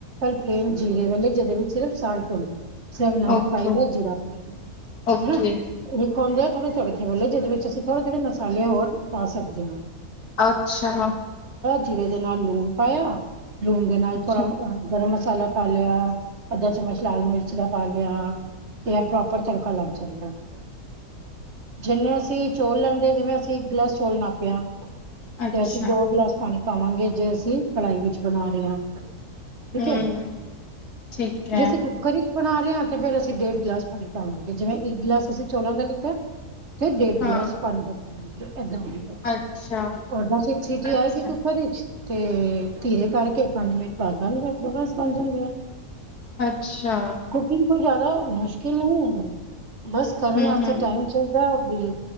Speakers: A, on the right; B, on the left.
A: ਪਲੇਨ ਜੀਰੇ ਵਾਲੇ ਜਿਹਦੇ ਵਿੱਚ ਸਿਰਫ ਸਾਲਟ ਹੁੰਦੇ। ਸਭ ਨਮਕ
B: ਓਕੇ
A: ਪਾਈਦਾ, ਜੀਰਾ ਪਾਈਦਾ
B: ਓਕੇ
A: ਹਨਾ। ਹੁੰਦੇ ਆ ਥੋੜੇ ਥੋੜੇ ਵਿਰਲੇ ਜਿਹਦੇ ਵਿੱਚ ਅਸੀਂ ਥੋੜੇ ਥੋੜੇ ਮਸਾਲੇ ਹੋਰ ਪਾ ਸਕਦੇ ਹਾਂ ।
B: ਅੱਛਾ।
A: ਜੀਰੇ ਦੇ ਨਾਲ ਲੂਣ ਪਾਇਆ ਲੂਣ ਦੇ ਨਾਲ
B: ਅੱਛਾ।
A: ਥੋੜਾ ਅਹ ਗਰਮ ਮਸ ਮਸਾਲਾ ਪਾ ਲਿਆ ਅੱਧਾ ਚਮਚ ਲਾਲ ਮਿਰਚ। ਚ ਪਾ ਲਿਆ ਤੇ ਪ੍ਰੋਪਰ ਤੜਕਾ ਲੱਗ ਜਾਂਦਾ । ਜਿੰਨੇ ਅਸੀਂ ਚੌਲ ਲੈਂਦੇ ਜਿਵੇਂ ਅਸੀਂ ਇੱਕ ਗਲਾਸ ਚੌਲ ਨਾਪਿਆ।
B: ਅੱਛਾ
A: ਤੇ ਅਸੀਂ ਦੋ ਗਿਲਾਸ ਪਾਣੀ ਪਾਵਾਂਗੇ ਜੇ ਅਸੀਂ ਕੜਾਈ ਵਿੱਚ ਬਣਾ ਰਹੇ ਹਾਂ। ਠੀਕ
B: ਹੂੰ
A: ਹੈ
B: ਠੀਕ ਹੈ
A: ਜੇ ਅਸੀਂ ਕੁੱਕਰ ਈ ਰਹੇ ਤੇ ਫਿਰ ਅਸੀਂ ਡੇਢ ਗਲਾਸ ਪਾਣੀ ਪਾਵਾਂਗੇ। ਜਿਵੇਂ ਇੱਕ ਗਿਲਾਸ ਅਸੀਂ ਚੌਲਾਂ ਦਾ ਲਿੱਤਾ। ਤੇ ਡੇਢ
B: ਹਾਂ
A: ਗਿਲਾਸ ਪਾਣੀ ਦਾ ਪਾਵਾਂਗੇ ਏਦਾਂ ਹੋਵੇਗਾ।
B: ਅੱਛਾ।
A: ਬਸ ਇੱਕ ਸਿਟੀ
B: ਅੱਛਾ
A: ਆਏਗੀ ਕੁੱਕਰ ਵਿੱਚ ਤੇ ਧੀਰੇ ਕਰਕੇ ਪੰਜ ਮਿੰਟ ਬੰਦ ਕਰ ਦਉ ਬਸ ਬਣ ਜਾਂਦੇ ਆ।
B: ਅੱਛਾ
A: ਕੁਕਿੰਗ ਕੋਈ ਜ਼ਿਆਦਾ ਮੁਸ਼ਕਿਲ ਨਹੀਂ ਹੁੰਦੀ ਬਸ ਕਰਨ
B: ਹੂੰ
A: ਵਾਸਤੇ
B: ਹੂੰ
A: ਟਾਈਮ ਚਾਹੀਦਾ। ਦਿਲ